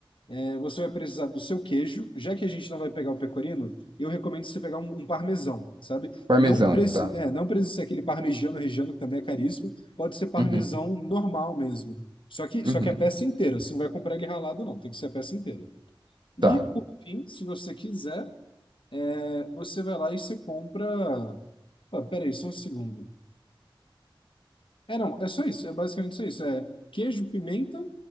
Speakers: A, on the left; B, on the right.
A: É, Você vai precisar do seu queijo, já que a gente não vai pegar o pecorino, eu recomendo você pegar um, um parmesão, sabe?
B: Parmesão,
A: Não precisa,
B: tá.
A: é, não precisa ser aquele parmegiano regiano que também é caríssimo, pode ser parmesão
B: Uhum.
A: normal mesmo. Só que,
B: Uhum.
A: só que a peça inteira, você não vai comprar ele ralado não, tem que ser a peça inteira. E
B: Tá.
A: por fim, se você quiser, é, você vai lá e você compra. Ah, peraí, só um segundo. É, não, é só isso, é basicamente só isso. É queijo, pimenta,